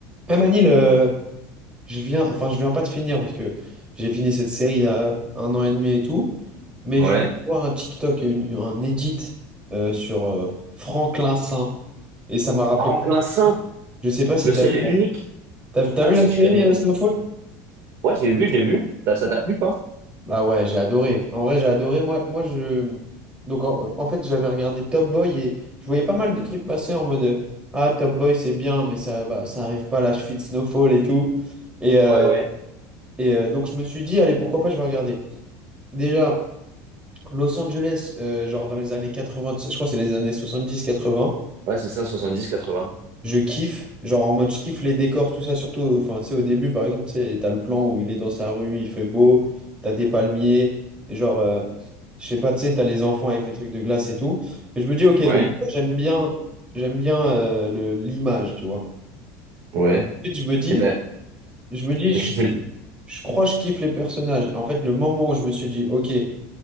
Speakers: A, on the right; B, on the right.
A: Ah Manil, euh, je viens, enfin je viens pas de finir parce que j'ai fini cette série il y a un an et demi et tout, mais
B: Ouais.
A: je viens de voir un TikTok, une- un edit euh, sur euh, Franklin Saint et ça m'a rappelé.
B: Franklin Saint,
A: Je sais pas si
B: le
A: t'as
B: seul
A: vu
B: et
A: la,
B: l'unique.
A: t'as, vu t'as
B: Ah,
A: vu
B: si,
A: la série
B: je connais.
A: euh, Snowfall?
B: Ouais, j'ai vu, j'ai vu. Ça, ça t'a plu, toi?
A: Bah ouais, j'ai adoré. En vrai, j'ai adoré. Moi, moi je, donc en, en fait j'avais regardé Top Boy et je voyais pas mal de trucs passer en mode euh, ah Top Boy c'est bien mais ça va, ça arrive pas à la cheville de Snowfall et tout et euh,
B: Ouais, ouais.
A: et euh, donc je me suis dit, allez, pourquoi pas, je vais regarder. Déjà, Los Angeles, euh, genre dans les années 80, tout ça, je crois que c'est les années soixante-dix quatre-vingts,
B: Ouais, c'est ça, 70-80.
A: je kiffe, genre en mode je kiffe les décors, tout ça, surtout, euh, enfin, tu sais, au début, par exemple, tu sais, t'as le plan où il est dans sa rue, il fait beau, t'as des palmiers, et genre, euh, je sais pas, tu sais, t'as les enfants avec les trucs de glace et tout, et je me dis, ok,
B: Ouais,
A: donc j'aime bien, j'aime bien euh, le- l'image, tu vois.
B: ouais.
A: Ensuite, je me dis,
B: Et t'as
A: je me dis,
B: t'as
A: je,
B: kiffé le...
A: je crois que je kiffe les personnages. En fait, le moment où je me suis dit, ok, je